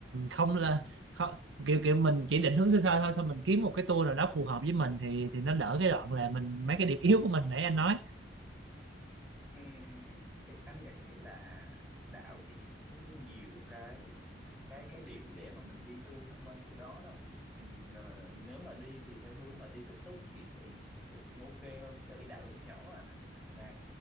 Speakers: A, on the right; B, in the centre.
A: không là khó- kiểu kiểu mình chỉ định hướng sơ sơ thôi xong mình kiếm một cái tour nào đó phù hợp với mình thì thì nó đỡ cái đoạn là mình mấy cái điểm yếu của mình nãy anh nói
B: Ừm, Thế anh nghĩ là đảo thì chắc cũng không nhiều cái cái cái điểm để mà mình đi tour tham quan kiểu đó đâu Ừm, ờ, nếu mà đi thì theo hướng mà đi tự túc thì sẽ thì cũng ok hơn tại vì đảo nó cũng nhỏ à mà